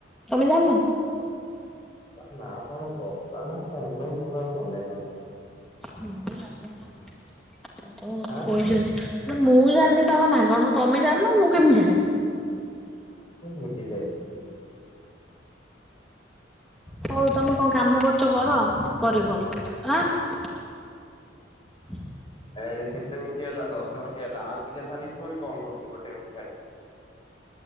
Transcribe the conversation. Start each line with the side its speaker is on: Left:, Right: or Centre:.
Centre: ତମେ ଜାଣିନ?
Left: ତା ନାଁ କଣ ବର୍ଷା ନା କଣ କୋଉଟା ଆଉ ମନେ ନାହିଁ।
Centre: ମୁଁ ଜାଣିନି ତା ନାଁ କଣ। ତମକୁ
Left: ଆଁ
Centre: କହିଚନ୍ତି ମୁଁ ଜାଣିନି ତାଙ୍କ ନାଁ କଣ ତମେ ଜାଣନ ମୁଁ କେମିତି ଜାଣିବି?
Left: ମୁଁ ବୁଝିଗଲି।
Centre: ହୋଉ ତମେ କଣ କାମ କରୁଚ କର ପରେ କଲ୍ କରଦୋଉ ଆଁ ହ <inaudible> <unintelligible>
Left: ଏ କେତେ ମିନଟି ହେଲା ଦଶ ମିନଟି ହେଲା ଆଉ ଟିକେ ଛାଡିକି ଫୁଣି କଲ କରୁଚି ଗୋଟେ ମିନଟି ଛାଡିକି